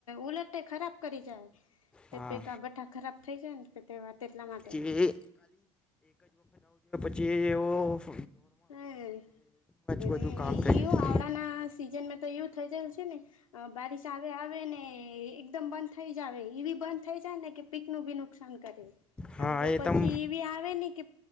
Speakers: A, on the left; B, in the centre.
A: ઉલેટટે ખરાબ કરી જાય. તે
B: હા
A: પેકા બેઠા ખરાબ થઈ જાય ને પછી તેવા તેટલા માટે.
B: જે કેવું?
A: હા, અને
B: બધું કામ
A: એવું
B: થઈ જશે
A: આવડાના સિઝનમાં તો એવું થઈ જાય છે ને. અ બારીશ આવે આવેને એકદમ બંધ થઈ જાય આવે, એવી બંધ થઈ જાય ને કે પીકનું ભીનુ નુકસાન કરે
B: હા
A: અને જો
B: એ
A: પછી
B: તમ
A: એવી આવે ને કે,